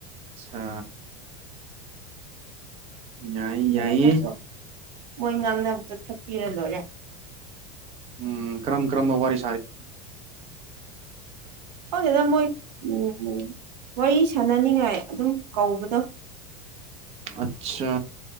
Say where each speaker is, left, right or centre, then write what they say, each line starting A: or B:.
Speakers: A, on the right; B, on the right.
A: ꯑꯆꯥ ꯌꯥꯏ
B: ꯑꯗꯨꯅ
A: ꯌꯥꯏꯌꯦ
B: ꯐꯠꯇ꯭ꯔꯣ ꯃꯣꯏ ꯉꯥꯡꯅꯕꯗ ꯊꯛꯄꯤꯔ ꯂꯣꯏꯔꯦ
A: ꯎꯝ ꯀ꯭ꯔꯝ ꯀ꯭ꯔꯃ ꯋꯥꯔ
B: ꯍꯅ ꯃꯣꯏ ꯎꯝ ꯋꯥꯔꯤ ꯁꯥꯟꯅꯅꯤꯡꯉꯥꯏ ꯑꯗꯨꯝ ꯀꯧꯕꯗꯣ
A: ꯑꯆꯥ